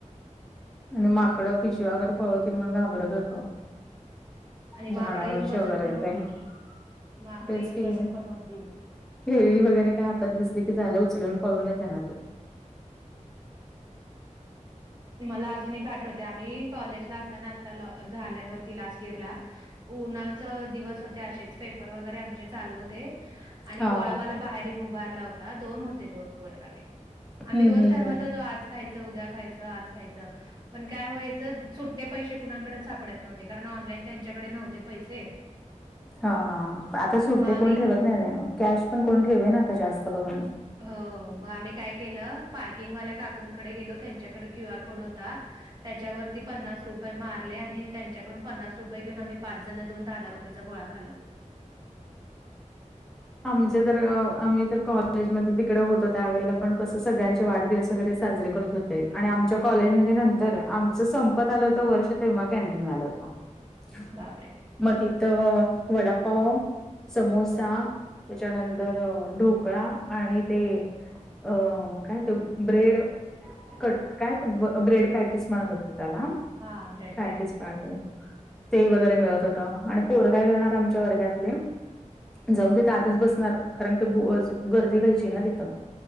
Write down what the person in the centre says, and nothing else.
आणि माकडं पिशव्या वैगेरे पळवतील म्हणून घाबरत होतो.
झाडावरची
वगैरे
ते
तेच
की
ग,
केळी वगैरे काय हात दिसली की, झालं उचलून पळूनच जाणार ते.
हा
हम्म
हम्
हा, आता सुट्टे
कोण ठेवत नाही. नाही कॅश पण कोण ठेवेना. आता जास्त करून.
आमच्या जर, आम्ही तर कॉलेजमध्ये तिकडे होतो. त्यावेळेला पण कसं, सगळ्यांचे वाढदिवस वगैरे साजरे करत होतो. ते आणि आमच्या कॉलेजमध्ये नंतर, आमचं संपत आलं होतं वर्ष. तेव्हा कॅनटीन आलं होत. <inaudible>
म तिथं वडापाव, समोसा त्याच्यानंतर ढोकळा आणि ते अं काय त ब्रेड कट काय ते ब्रेड पॅटीस म्हणत होते त्याला
पॅटीस <inaudible> ते वगैरे मिळत होत आणि पोर काय करणार आमच्या वर्गातले, जाऊ देत तिथं आधीच बसणार कारण, ते गर्दी व्हायची ना तिथं